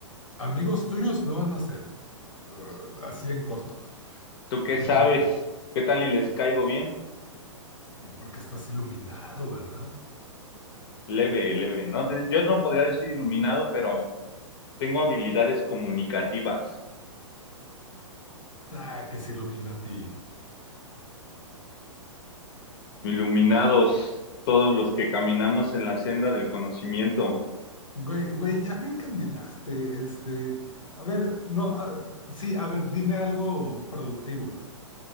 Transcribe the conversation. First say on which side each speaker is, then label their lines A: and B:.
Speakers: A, on the left (about 80°); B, on the left (about 50°).
A: amigos tuyos no van a ser. Uh, así en corto.
B: ¿Tú qué
A: <laughs>
B: sabes? ¿Qué tal y les caigo bien?
A: Porque estás iluminado, ¿verdad?
B: Leve, leve, ¿no? De- yo no podría decir iluminado, pero tengo habilidades comunicativas.
A: Ah, que se ilumina a ti.
B: Iluminados, todos los que caminamos en la senda del conocimiento.
A: Güey, güey, ya me encandilaste. Este, a ver, no, ah, sí, a ver, dime algo productivo.